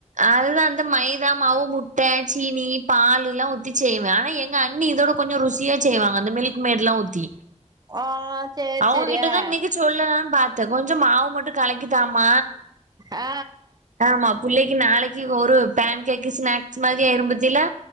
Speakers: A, on the right; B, on the right.
A: அதுதான் அந்த மைதா மாவு முட்ட சீனி பாலெல்லாம் ஊத்தி செய்வே ஆனா எங்க அண்ணி இதோட கொஞசோ ருசியா செய்வாங்க அந்த மில்க் மேட்ல்லா ஊத்தி
B: ஆ சேரி
A: அவங்ககிட்டதான்
B: சேரி ஆ
A: மிகு சொல்லலானு பாத்தேன் கொஞ்சோ மாவ மட்டு கலக்கி தாமா
B: ஆ
A: ஆமா புள்ளைக்கு நாளைக்கு ஒரு பேன் கேக்கு ஸ்நாக்ஸ் மாதிரி ஆயிரு பாத்தீலா